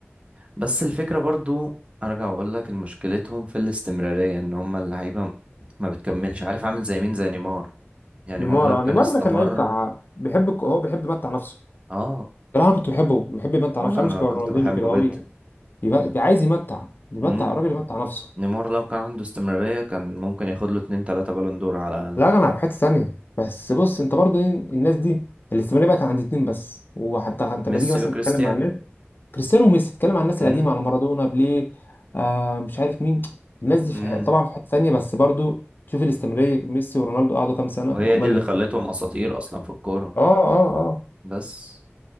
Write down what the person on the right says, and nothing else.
بس الفكرة برضو ارجع واقول لك مشكلتهم في الاستمرارية ان هم اللعيبة م- ما بتكملش عارف عامل زي مين زي نيمار يعني
نيمار لو
كان
استمر
اه
انا
انا
كنت
بحبه
جدا
امم
نيمار لو كان عنده استمرارية كان ممكن ياخد له اتنين تلاتة بالون دور على الأقل
ميسي
وكريستيانو
امم
امم
وهي
دي
اللي خلتهم اساطير اصلا في الكوره
بس